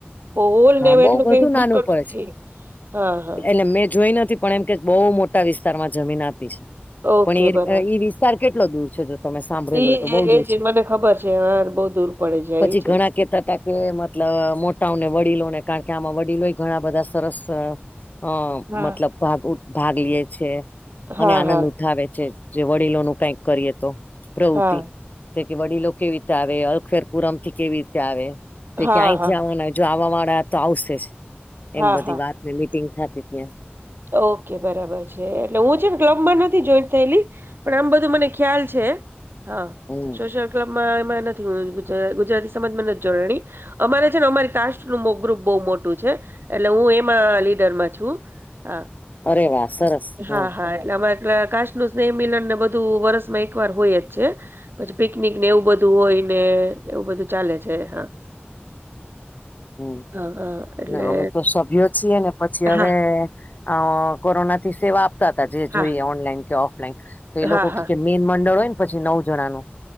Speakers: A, on the right; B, on the left.
A: હોલ
B: હા
A: ને એમ
B: બહુ
A: એટલું
B: <unintelligible> એટલે
A: નથી હા, હા.
B: મેં જોઈ નથી પણ એમ કે બો મોટા વિસ્તારમાં જમીન આપી છે,
A: ઓકે
B: પણ
A: બરાબર.
B: એ વિસ્તાર કેટલો દૂર છે? તમે સાંભળેલું
A: ઈ
B: હોય તો બો
A: એ
B: દૂર
A: એ જ
B: છે,
A: મને ખબર છે. હા, બહુ દૂર પડે છે
B: પછી
A: એ ચીઝ.
B: ઘણા કેતા તા કે મતલબ મોટાઓને વડીલોને કારણ કે આમાં વડીલોય ઘણા બધા સરસ અ
A: હા.
B: મતલબ ભાગ ભાગ લે છે,
A: હા,
B: અને આનંદ
A: હા,
B: ઉઠાવે છે. જે વડીલોનું કઈક કરીએ તો પ્રવૃતિ
A: હા,
B: તે કે વડીલો કેવી રીતે આવે અલખેરપુરમ થી કેવી રીતે આવે
A: હા,
B: તે ક્યાયથી
A: હા,
B: આવવા જો આવા વાળા તો આવશે જ એમ
A: હા,
B: બધી
A: હા.
B: વાતને મીટિંગ થતી ત્યાં
A: ઓકે બરાબર છે, એટલે હું છે, ને ક્લબમાં નથી જોઈન્ટ થયેલી પણ આમ બધું મને ખ્યાલ છે. હા
B: હમ
A: સોશિયલ ક્લબમાં એમાં નથી ગુ ગુજરાતી સમાજમાં નથી જોડાણી અમારે છે, ને અમારી કાસ્ટ નું ગ્રુપ બો મોટું છે, એટલે હું એમાં લીડરમાં છું. હા
B: અરે વાહ સરસ
A: હા
B: હમ
A: હા એટલામા <unintelligible> કાચ નુ સ્નેહ મિલન ને બધું વરસમાં એક વાર હોય જ છે. પછી પિકનિક ને એવું બધું હોય ને એવું બધું ચાલે છે, હા
B: હમ
A: હા, હા. એટલે
B: ના અમે તો સભ્યો છીએ ને પછી
A: હા,
B: હવે અ કોરોના થી સેવા આપતા હતા જે
A: હા,
B: જોઈએ ઓનલાઈન કે ઓફલાઈન તો એ
A: હા,
B: લોકો
A: હા.
B: કેય કે મેઈન મંડળ હોય ને પછી નવ જણાનું